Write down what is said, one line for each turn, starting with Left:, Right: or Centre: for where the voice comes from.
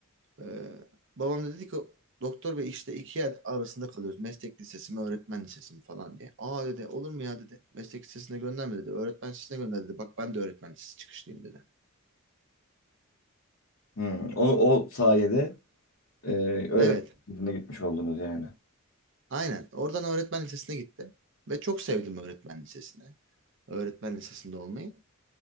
Right: Ee, babam da dedi ki doktor bey işte iki yer arasında kalıyoruz. Meslek lisesi mi öğretmen lisesi mi falan diye. Aa dedi olur mu ya dedi. Meslek lisesine gönderme dedi. Öğretmen lisesine gönder dedi. Bak ben de öğretmen lisesi çıkışlıyım dedi.
Left: Hmm. O, o sayede e, ö-
Right: Evet.
Left: yüzüne gitmiş oldunuz yani.
Right: Aynen. Oradan öğretmen lisesine gitti Ve çok sevdim öğretmen lisesine. Öğretmen lisesinde olmayı.